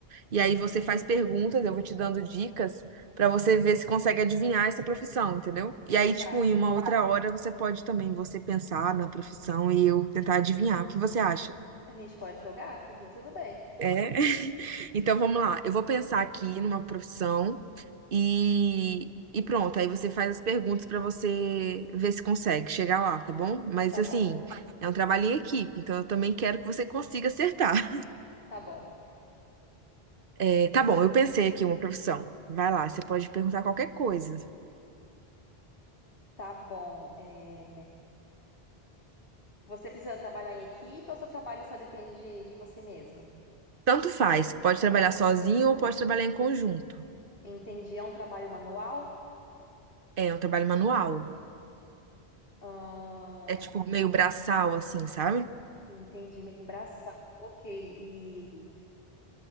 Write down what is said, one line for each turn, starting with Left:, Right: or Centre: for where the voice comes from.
Right: e aí você faz perguntas, eu vou te dando dicas pra você ver se consegue adivinhar essa profissão, entendeu? E aí, tipo,
Left: Tá,
Right: em uma outra hora você pode também você pensar na profissão e eu tentar adivinhar. O que você acha?
Left: a gente pode jogar? Por mim, tudo bem.
Right: É. <laughs> Então vamos lá. Eu vou pensar aqui numa profissão. E, e pronto, aí você faz as perguntas pra você ver se consegue chegar lá, tá bom? Mas
Left: Tá
Right: assim,
Left: bom,
Right: é um trabalho em equipe, então eu também quero que você consiga acertar. <laughs>
Left: tá bom,
Right: É, tá bom, eu pensei aqui uma profissão. Vai lá, você pode perguntar qualquer coisa.
Left: tá bom. É, Você precisa trabalhar em equipe ou seu trabalho só depende de, de você mesma?
Right: Tanto faz, pode trabalhar sozinho ou pode trabalhar em conjunto.
Left: Entendi, é um trabalho manual?
Right: É é um trabalho manual.
Left: Ahn,
Right: É tipo meio braçal, assim, sabe?
Left: Entendi, meio braçal. Ok. E